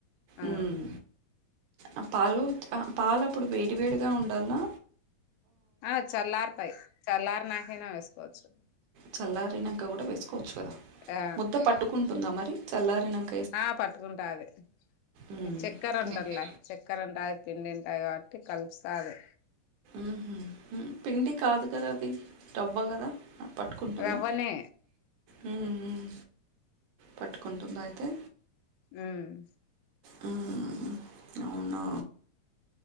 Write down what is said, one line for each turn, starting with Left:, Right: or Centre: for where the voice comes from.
Left: ఆ
Right: ఉమ్ ఆ పాలు పాలు అప్పుడు వేడి వేడిగా ఉండాలనా
Left: ఆ చల్లార్తాయి చల్లార్ నాకైనా వేసుకోవచ్చు
Right: చల్లారినంక కూడా వేసుకోవచ్చు కదా
Left: ఆ
Right: ముద్ద పట్టుకుంటుందా మరి చల్లారినంక
Left: ఆ పట్టుకుంటాది
Right: ఉమ్
Left: ఈ చక్కర ఉంటార్లే
Right: ఓకే
Left: చక్కర ఉంటాయి తిండింటాయి కాబట్టి కలుస్తాది
Right: మ్మ్ హు పిండి కాదు కదా అది రవ్వ కదా పట్టుకుంటుందా
Left: రవ్వనే
Right: మ్మ్ మ్మ్ పట్టుకుంటుందా అయితే
Left: మ్మ్
Right: మ్మ్. అవునా